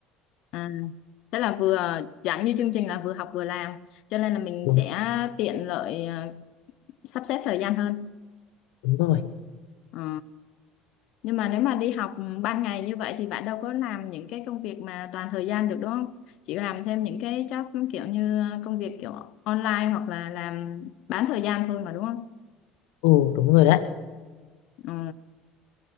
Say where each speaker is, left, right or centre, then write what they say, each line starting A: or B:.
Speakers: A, on the left; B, on the left.
A: À, thế là vừa chẳng như chương trình là vừa học vừa làm, cho nên là mình
B: Đúng,
A: sẽ tiện lợi ờ, sắp xếp thời gian hơn.
B: đúng rồi.
A: Ờ. Nhưng mà nếu mà đi học ban ngày như vậy thì bạn đâu có làm những cái công việc mà toàn thời gian được đúng không? Chỉ làm thêm những cái job kiểu như công việc kiểu online hoặc là làm bán thời gian thôi mà đúng không?
B: Ừ, đúng rồi đấy.
A: Ừ.